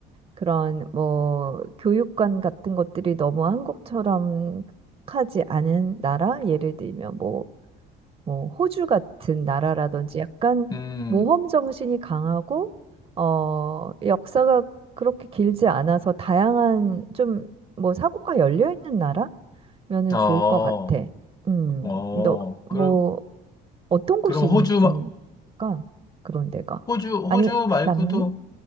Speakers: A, on the right; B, on the left.
A: 그런 뭐 교육관 같은 것들이 너무 한국처럼 하지 않은 나라? 예를 들면 뭐 뭐 호주 같은 나라라든지 약간
B: 음,
A: 모험 정신이 강하고 어 역사가 그렇게 길지 않아서 다양한 좀 뭐 사고가 열려 있는 나라면은
B: 어,
A: 좋을 것 같아. 음,
B: 어,
A: 너
B: 그럼,
A: 뭐 어떤 곳이
B: 그럼 호주, 마-
A: 인가 그런 데가
B: 호주,
A: 아니면
B: 호주 말고도
A: 남미?